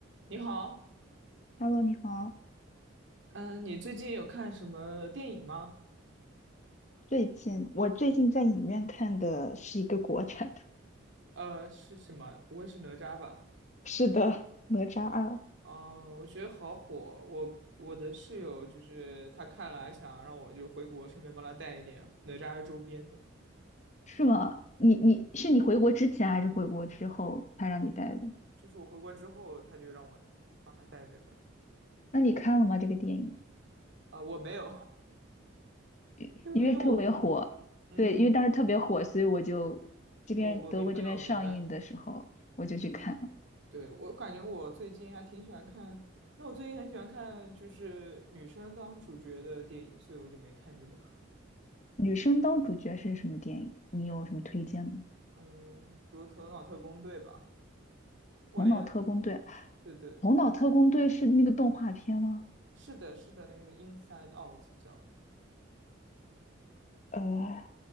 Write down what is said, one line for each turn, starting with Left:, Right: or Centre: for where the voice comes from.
Right: 你好，
Left: Hello，你好。
Right: 嗯，你最近有看什么电影吗？
Left: 最近我最近在影院看的是一个国产的，
Right: 呃，是什么？不会是哪吒吧？
Left: <laughs> 是的，《哪吒二》。
Right: 嗯，我觉得好火。我我的室友就是他看了，还想让我就回国，顺便帮他带一点哪吒的周边，这样。
Left: 是吗？你你是你回国之前还是回国之后他让你带的？
Right: 嗯，就是我回国之后，他就让我帮他带这个。
Left: 那你看了吗？这个电影，
Right: 呃，我没有，
Left: 因因为特别火，
Right: <laughs> 因为因为我，嗯，
Left: 对，因为当时特别火，所以我就这边德国这边上映的时候我就去看了。
Right: 哦，我明白，我明白。对，我感觉我最近还挺喜欢看，因为我最近很喜欢看就是女生当主角的电影，所以我就没看这个。
Left: 女生当主角是什么电影？你有什么推荐吗？
Right: 嗯，比如《头脑特工队》吧，我连，
Left: 《头脑特工队》，
Right: 对对，
Left: 《头脑特工队》是那个动画片吗？
Right: 是的，是的，那个那个《Inside Out》叫，
Left: 呃，